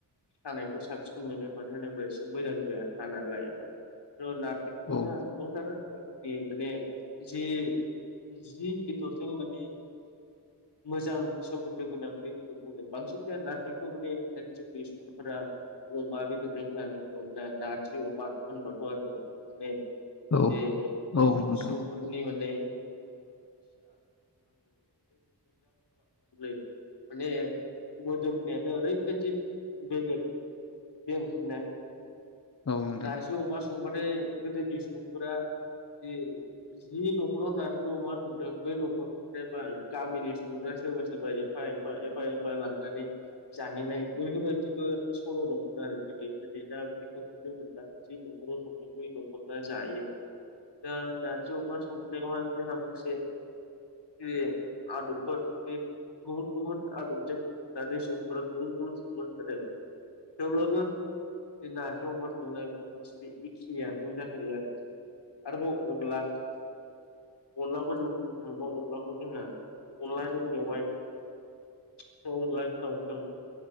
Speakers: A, on the left (about 80°); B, on the left (about 40°).
A: हानायखौ साबसिन मोनो मानो होनोब्ला एसे मोजां जाया हानानै लायोब्ला थ' नारजि
B: औ
A: <unintelligible> माने जे जि बेदरजों माने मोजां सोमोन्दो गोनां बे <unintelligible> बुंदों बांसिन बे नार्जिखौ माने <unintelligible> सुबुंफोरा अमा बेदरजों <unintelligible> नारजि अमा होनबाथ' आरो <unintelligible>
B: औ
A: जे
B: औ नोंथां
A: सुबुंफोरनि माने <unintelligible> माने मोदोमनायानो ओरैबादि बेलेग बे ओंख्रिना
B: औ नोंथां
A: नारजि अमा स संबाथाय गोदोनि सुबुंफोरा जि जि न'खराव जा न'मा संदों बै नखर सोरबा गामिनि सुबुंफ्रा सोरबा सोरबा एफा एफा एफा एफा लांनानै जाहैनाय बेफोरबायदिबो सर' दंमोन आरो गोदो गो <unintelligible> दा बेखौ नुनो मोनला जि नखराव संदों बै नखरा जायो ओ नारजि अमा संनायावहाय जोंहा माखसे जे आदबफोर बे गुबुन-गुबुन आदबजों दानि सुबुंफोरा गुबुन-गुबुन संङो <unintelligible> थेवब्लाबो बे नारजि अमा संनाय <unintelligible> एखेयानो जाथारो आरो आरोबाव अनला अनलाखौ जों बुंनो थाङोबा अनलाखौ जोंहा अनलाजों मेवाय <unintelligible> अनला जों दाउजों